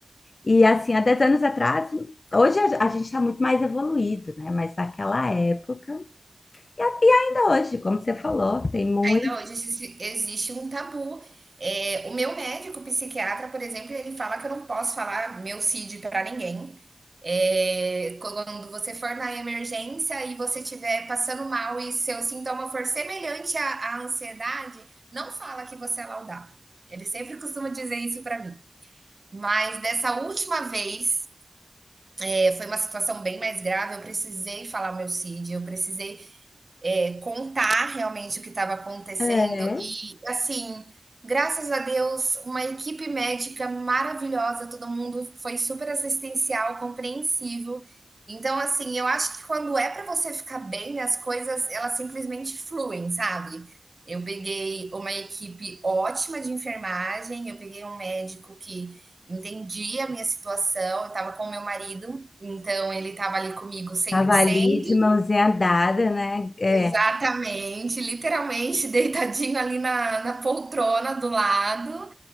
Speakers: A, on the left; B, on the right.
A: E assim, há 10 anos atrás, hoje a a gente está muito mais evoluído, né? Mas naquela época. E, a- e ainda hoje, como você falou, tem muito.
B: Ainda hoje existe existe um tabu. Eh, o meu médico psiquiatra, por exemplo, ele fala que eu não posso falar meu CID para ninguém. Eh, quando você for na emergência e você estiver passando mal e seu sintoma for semelhante à à ansiedade, não fala que você é laudada. Ele sempre costuma dizer isso para mim. Mas dessa última vez, eh, foi uma situação bem mais grave, eu precisei falar meu CID, eu precisei é, contar realmente o que estava acontecendo
A: É,
B: e assim, graças a Deus, uma equipe médica maravilhosa, todo mundo foi super assistencial, compreensivo. Então, assim, eu acho que quando é para você ficar bem, as coisas elas simplesmente fluem, sabe? Eu peguei uma equipe ótima de enfermagem, eu peguei um médico que entendia a minha situação, eu estava com o meu marido, então ele estava ali comigo cem
A: tava
B: por cento
A: ali de mãozinha dada, né? É.
B: Exatamente, literalmente <laughs> deitadinho ali na, na poltrona do lado.